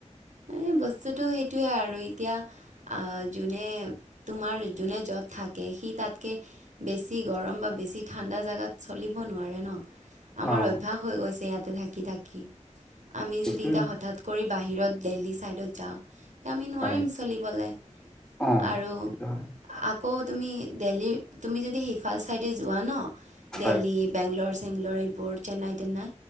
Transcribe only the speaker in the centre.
অ',
সেইটো
হয়
অ',
সেইটো হয়
হয়